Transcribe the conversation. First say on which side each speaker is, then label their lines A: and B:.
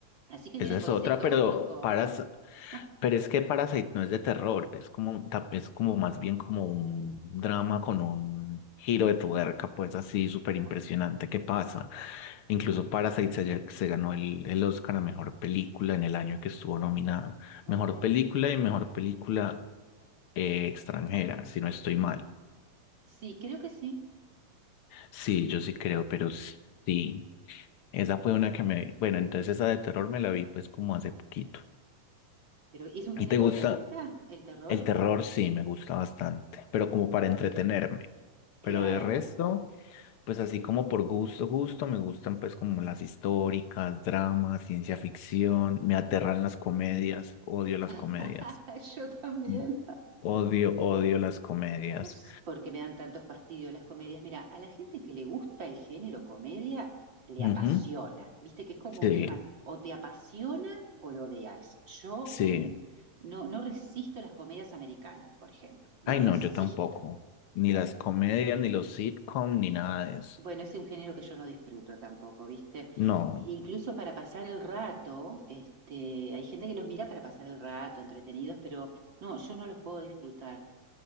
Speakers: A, on the right; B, on the left.
A: Así que vienen
B: esa es
A: con
B: otra,
A: ese tópico.
B: pero Paras,
A: <laughs>
B: pero es que Parasite no es de terror, es como, ta- es como más bien como un drama con un giro de tuerca, pues así súper impresionante
A: Oh,
B: que pasa. Incluso Parasite se, lle- se ganó el, el Oscar a mejor película en el año que estuvo nominada.
A: ok.
B: Mejor película y mejor película eh, extranjera, si no estoy mal.
A: Sí, creo que sí.
B: Sí, yo sí creo, pero sí. Esa fue una que me... Bueno, entonces esa de terror me la vi pues como hace poquito.
A: Pero ¿es un género
B: ¿Y te gusta?
A: que te gusta? ¿El terror?
B: El terror sí, me gusta bastante, pero como para entretenerme.
A: Claro.
B: Pero de resto, pues así como por gusto, gusto, me gustan pues como las históricas, dramas, ciencia ficción, me aterran las comedias, odio las
A: <laughs>
B: comedias.
A: Yo también.
B: Mm. Odio, odio las comedias.
A: No sé por qué me dan tanto fastidio las comedias. Mira, a la gente que le gusta el género comedia, le
B: Ujú.
A: apasiona. Viste que es como
B: Sí,
A: un tema, o te apasiona o lo odias. Yo
B: sí.
A: el, no, no resisto las comedias americanas, por ejemplo. No
B: Ay,
A: resisto.
B: no, yo tampoco. Ni las comedias, ni los sitcom, ni nada de eso.
A: Bueno, es un género que yo no disfruto tampoco, ¿viste?
B: No,
A: Incluso para pasar el rato, este, hay gente que los mira para pasar el rato, entretenidos, pero no, yo no los puedo disfrutar.